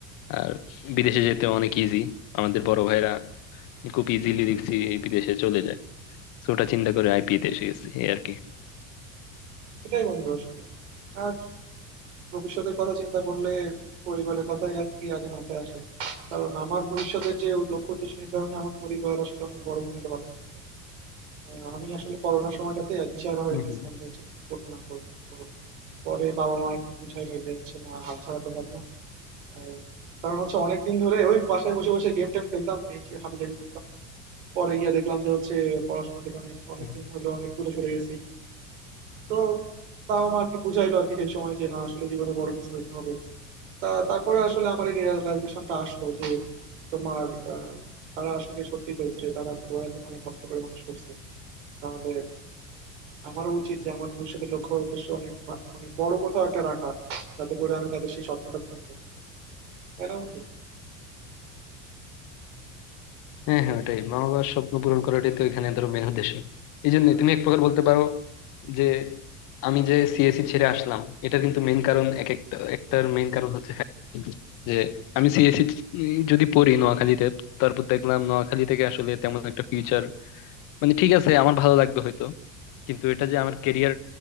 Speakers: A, on the left; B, on the right.
A: আর বিদেশে যেতে অনেক ইজি আমাদের বড় ভাইরা খুব ইজিলি দেখছি বিদেশে চলে যায় তো ওটা চিন্তা করে আইপি তে এসে গেছি এই আর কি
B: সেটাই বন্ধু আসলে আর ভবিষ্যতের কথা চিন্তা করলে পরিবারের কথাই আর কি আগে মাথায় আসে কারণ আমার ভবিষ্যতের যে লক্ষ্য উদ্দেশ্য নির্ধারণে আমার পরিবার আসলে অনেক বড় ভূমিকা পালন করছে আহ, আমি আসলে করোনার সময়টাতে দিশাহারা হয়ে
A: হম
B: গেছিলাম
A: হম
B: যে হচ্ছে কি করবো না করবো তো পরে বাবা মা আর কি বুঝাইলো যে হচ্ছে না হাল ছাড়া তো যাবো না আহ, কারণ হচ্ছে অনেকদিন ধরে ওই বাসায় বসে বসে গেম টেম খেলতাম এই হাবি জাবি করতাম পরে গিয়ে দেখলাম যে হচ্ছে পড়াশোনা থেকে অনেক অনেকদিন
A: হম।
B: হলো অনেক দূরে চলে গেছি তো বাবা মা আর কি বুঝাইলো আর কি সেই সময় যে না আসলে জীবনে বড় কিছু হইতে হবে তা তারপরে আসলে আমার এই রিয়েলাইজেশনটা আসলো যে তোমার আহ, তারা আসলে সত্যি তো যে তারা ছোটবেলা থেকে অনেক কষ্ট করে মানুষ করছে তাহলে আমারও উচিত যে আমার ভবিষ্যতের লক্ষ্য বা উদ্দেশ্য অনেক বা- মানে বড় কোথাও একটা রাখা যাতে করে আমি তাদের সেই স্বপ্নটা পূরণ করতে পারি তাই না বন্ধু
A: হ্যাঁ হ্যাঁ ওটাই মা বাবার স্বপ্ন পূরণ করাটাই তো এখানে ধরো মেন উদ্দেশ্য এই জন্য তুমি এক প্রকার বলতে পারো যে আমি যে সিএসসি ছেড়ে আসলাম এটার কিন্তু মেন কারণ এক একটা একটার মেন কারণ হচ্ছে যে আমি সিএসসি যদি পড়ি নোয়াখালীতে তারপর দেখলাম নোয়াখালী থেকে আসলে তেমন একটা ফিউচার মানে ঠিক আছে আমার ভালো লাগবে হয়তো কিন্তু এটা যে আমার কেরিয়ার